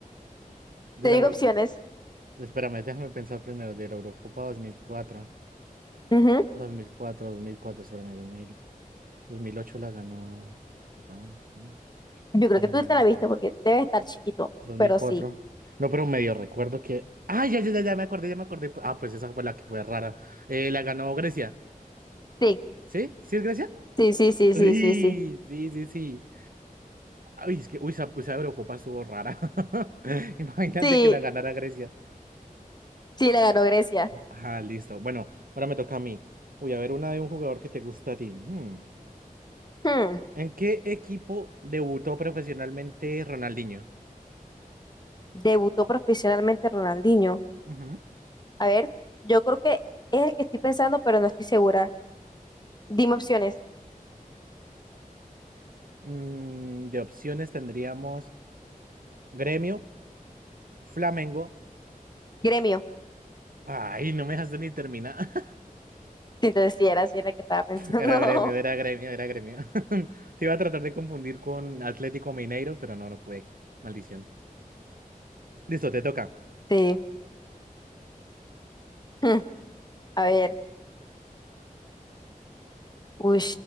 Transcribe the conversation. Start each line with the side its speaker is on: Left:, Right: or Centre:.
Right: De
Left: Te
Right: la
Left: digo
Right: Euro...
Left: opciones.
Right: Espérame, déjame pensar primero. De la Eurocopa dos dos mil cuatro.
Left: Ujú.
Right: dos mil cuatro dos mil cuatro 2004. 2004, 2004, espérame, dos mil 2008 la ganó. Jugamos, sí.
Left: Yo creo
Right: Ah,
Left: que tú te la viste porque debe estar chiquito,
Right: dos
Left: pero
Right: mil cuatro
Left: sí.
Right: No, pero medio recuerdo que... Ah, ya, ya, ya, ya me acordé, ya me acordé. Ah, pues esa fue la que fue rara. Eh, la ganó Grecia.
Left: Sí,
Right: ¿Sí? ¿Sí es Grecia?
Left: sí, sí, sí,
Right: Uy,
Left: sí, sí, sí.
Right: sí, sí, sí. Uy, es que uy, esa, pues, esa Eurocopa estuvo rara. <laughs> Imagínate
Left: Sí,
Right: que la ganara Grecia.
Left: sí, la ganó Grecia.
Right: Ah, listo. Bueno, ahora me toca a mí. Voy a ver una de un jugador que te gusta a ti. Hmm.
Left: Hmm,
Right: ¿En qué equipo debutó profesionalmente Ronaldinho?
Left: Debutó profesionalmente Ronaldinho.
Right: Ujú.
Left: A ver, yo creo que es el que estoy pensando, pero no estoy segura. Dime opciones.
Right: Mm, de opciones tendríamos Gremio, Flamengo.
Left: Gremio.
Right: Ay, no me dejaste ni terminar.
Left: Sí, Entonces sí era, sí era el que estaba pensando.
Right: Era gremio, era
Left: <laughs>
Right: gremio, era gremio. <laughs> Te iba a tratar de confundir con Atlético Mineiro, pero no, no pude. Maldición. Listo, te toca.
Left: Sí. Hmm, A ver, uy,